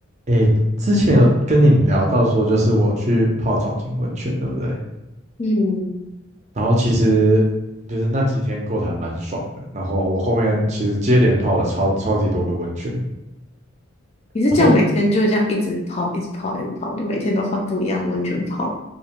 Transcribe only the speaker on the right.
诶，之前有跟你聊到说，就是我去泡草金温泉，对不对？
然后其实就是那几天过得还蛮爽的。然后我后面其实接连泡了超超级多个温泉。
然后